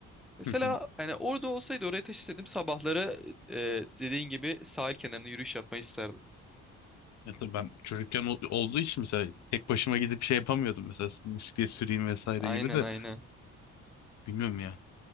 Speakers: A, in the centre; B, on the left (about 65°).
A: Mesela
B: <laughs>
A: hani orada olsaydı oraya taşısaydım sabahları e, dediğin gibi sahil kenarında yürüyüş yapmayı isterdim.
B: Ya tabii ben çocukken ol- olduğu için mesela tek başıma gidip şey yapamıyordum mesela bisiklet süreyim vesaire
A: Aynen
B: gibi de
A: aynen.
B: bilmiyorum ya.